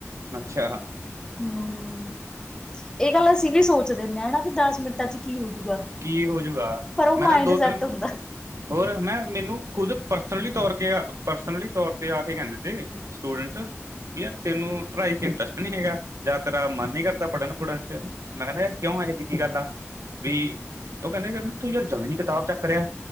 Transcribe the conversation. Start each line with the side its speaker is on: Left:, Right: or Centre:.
Right: ਅੱਛਾ ਹੂ
Left: ਹਮ ਇਹ ਗੱਲ ਅਸੀਂ ਵੀ ਸੋਚਦੇ ਹੁਣੇ ਹਾਂ, ਹੈਨਾ ਵੀ ਦਸ ਮਿੰਟਾਂ ਚ ਕੀ ਹੋਜੂਗਾ
Right: ਕੀ ਹੋਜੂਗਾ,
Left: ਪਰ ਉਹ ਮਾਇੰਡ
Right: ਮੈਂ ਤਾਂ ਦੋ
Left: ਸੈਟ
Right: ਤਿੰਨ
Left: ਹੁੰਦਾ।
Right: ਹੋਰ ਮੈਂ, ਮੈਨੂੰ ਖੁਦ ਪਰਸਨਲੀ ਤੌਰ ਤੇ, ਪਰਸਨਲੀ ਤੌਰ ਤੇ ਆ ਕੇ ਕਹਿੰਦੇ ਤੇ ਸਟੂਡੈਂਟਸ, ਵੀ ਯਾਰ ਤੈਨੂੰ ਪੜ੍ਹਾਈ ਚ ਇੰਟਰਸਟ ਨਹੀਂ ਹੈਗਾ ਯਾਰ ਤੇਰਾ ਮਨ ਨਹੀਂ ਕਰਦਾ, ਪੜ੍ਹਨ ਪੜਨ ਚ, ਮੈਂ ਕਹਿੰਦਾ ਯਾਰ ਕਿਉਂ ਇਹੋ ਜਿਹੀ ਕੀ ਗੱਲ ਆ ਵੀ ਉਹ ਕਹਿੰਦੇ ਕਹਿੰਦੇ ਤੂੰ ਯਾਰ ਜਮੀ ਨੀ ਕਿਤਾਬ ਚੱਕ ਰਿਹਾ,